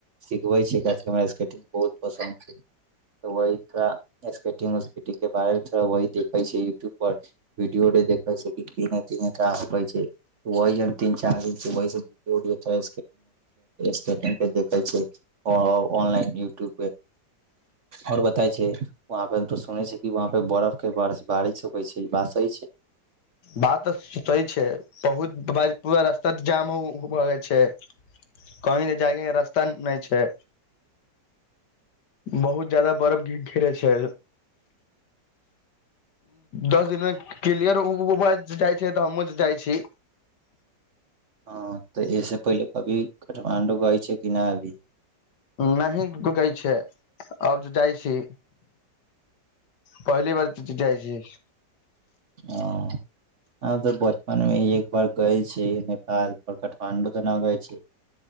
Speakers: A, on the right; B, on the left.
A: सिखबे छै, क हमरा स्केटिंग बहुत पसन्द छै त वही थोड़ा स्केटिंग वेस्केटिंग के बारे मे थोड़ा वही देखे छीये यूट्यूब पर वीडियो भी देखे छीये कि पिन्हे-तिन्हे का होकै छै, वही हम तीन-चार दिन से वही सब <unintelligible> स्केटिंग के देखे छी, औ ऑनलाइन यूट्यूब पे और बताई छी वहाँ पे तो सुनै छै कि वहाँ पे बरफ के बारिश बारिश होैकै छै, बात सही छै।
B: बात तऽ सही छै बहुत ब बारिश पूरा रास्ता त जाम उ हो जाय छै। कहीं तऽ जाय के रास्ता नै छै। बहुत जादा बर्फ घी घिरे छै, दस दिनमे क्लियर उ भ जाय छै तऽ हमु जाय छी।
A: हां तऽ ऐसे पहिले कभी काठमाण्डू गई छै कि नै अभी।
B: नहि गुगै छै अब जे जाय छी। पहली बार ज-ज जाय छी।
A: हँ हम तऽ बचपन में एक बार गए छी नेपाल, पर काठमाण्डू तऽ न गए छी।